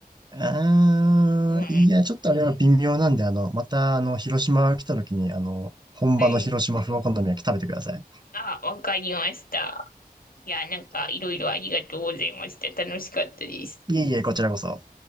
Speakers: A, on the right; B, on the left.
A: あー、
B: うん。
A: いや、ちょっとあれは微妙なんで、あの、また、あの、広島来た時に、あの、本場の広島風お好み焼き食べてください。
B: はいあ、わかりました。いや、なんかいろいろありがとうございました。楽しかったです。
A: いえいえ、こちらこそ。